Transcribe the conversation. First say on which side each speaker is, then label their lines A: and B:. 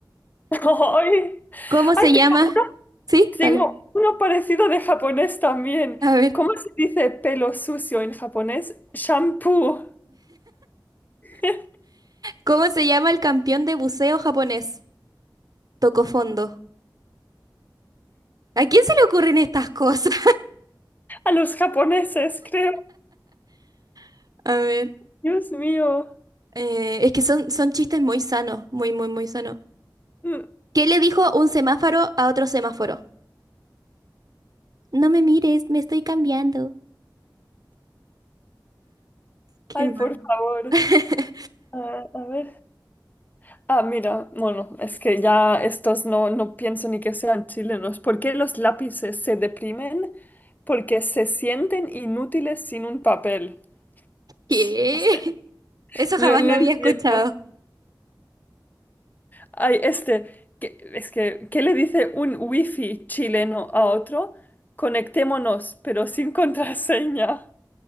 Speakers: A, on the left (about 20°); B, on the right (about 50°).
A: <laughs> ¡Ay!
B: ¿Cómo se
A: ¡Ay,
B: llama?
A: tengo,
B: Sí,
A: tengo
B: dale.
A: uno parecido de japonés también!
B: A ver.
A: ¿Cómo se dice pelo sucio en japonés? Shampoo. <laughs>
B: ¿Cómo se llama el campeón de buceo japonés? Toco fondo. ¿A quién se le ocurren estas cosas?
A: A los japoneses, creo.
B: <laughs> A ver.
A: Dios mío.
B: eh, es que son, son chistes muy sanos, muy, muy, muy sanos.
A: Mm.
B: ¿Qué le dijo un semáforo a otro semáforo? No me mires, me estoy cambiando. Qué
A: Ay,
B: mal.
A: por favor.
B: <laughs>
A: Ah, a ver. Ah, mira, bueno, es que ya estos no, no pienso ni que sean chilenos. ¿Por qué los lápices se deprimen? Porque se sienten inútiles sin un papel.
B: ¿Qué?
A: <laughs> O sea,
B: Eso
A: no,
B: jamás
A: no
B: lo había
A: entiendo.
B: escuchado.
A: Ay, este, que- es que, ¿qué le dice un wifi chileno a otro? Conectémonos, pero sin <laughs> contraseña.